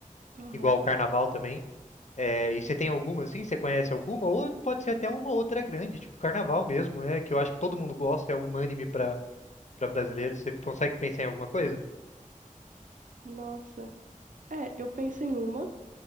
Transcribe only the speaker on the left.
Igual o carnaval também. É, e você tem alguma, assim? Você conhece alguma? Ou pode ser até uma outra grande, tipo carnaval mesmo, né? Que eu acho que todo mundo gosta, é unânime para para brasileiro. Você consegue pensar em alguma coisa?